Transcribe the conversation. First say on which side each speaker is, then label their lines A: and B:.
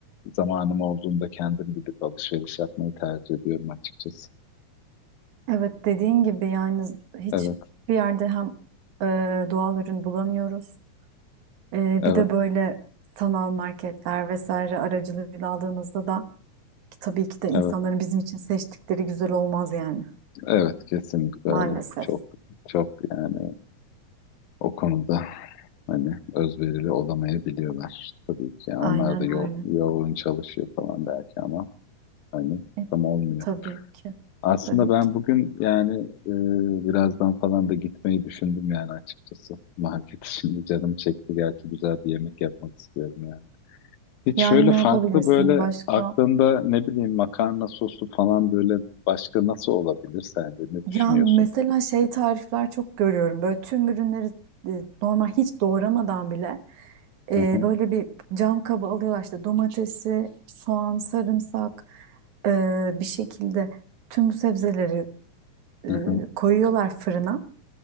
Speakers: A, on the left; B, on the right.
A: Zamanım olduğunda kendim gidip alışveriş yapmayı tercih ediyorum açıkçası.
B: Evet dediğin gibi yani z- hiçbir
A: Evet,
B: yerde hem e, doğal ürün bulamıyoruz. E,
A: evet,
B: bir de böyle sanal marketler vesaire aracılığıyla aldığımızda da ki tabii ki de insanların
A: evet,
B: bizim için seçtikleri güzel olmaz yani
A: evet kesinlikle
B: maalesef.
A: öyle. Çok, çok yani o konuda hani özverili olamayabiliyorlar tabii ki. Yani
B: Aynen
A: onlar da yo
B: öyle.
A: yoğun çalışıyor falan belki ama hani
B: E,
A: tam olmuyor.
B: tabii ki,
A: Aslında
B: tabii
A: ben
B: ki.
A: bugün yani e, birazdan falan da gitmeyi düşündüm yani açıkçası. Market <laughs> şimdi canım çekti. Gerçi güzel bir yemek yapmak istiyorum yani. Hiç
B: Yani
A: şöyle
B: ne
A: farklı
B: yapabilirsin
A: böyle
B: başka?
A: aklında ne bileyim makarna soslu falan böyle başka nasıl olabilir sence ne
B: Ya
A: düşünüyorsun?
B: mesela şey tarifler çok görüyorum. Böyle tüm ürünleri e, normal hiç doğramadan bile e,
A: Hı hı,
B: böyle bir cam kaba alıyorlar işte domatesi, soğan, sarımsak e, bir şekilde tüm bu sebzeleri e,
A: hı hı,
B: koyuyorlar fırına.